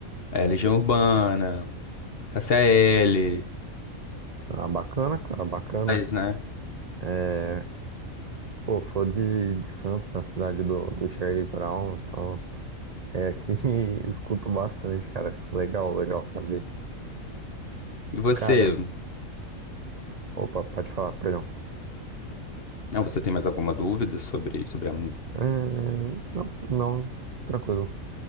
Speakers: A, on the left (about 45°); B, on the right (about 65°).
A: eh, Legião Urbana, KCL,
B: Ah, bacana, cara, bacana.
A: mas, né?
B: É, pô, sou de, de Santos, da cidade do, do Charlie Brown, então é aqui <laughs> escuto bastante, cara. Legal, legal saber.
A: E você?
B: Cara, opa, pode falar, perdão.
A: Ah, você tem mais alguma dúvida sobre, sobre a música?
B: É, não, não, tranquilo.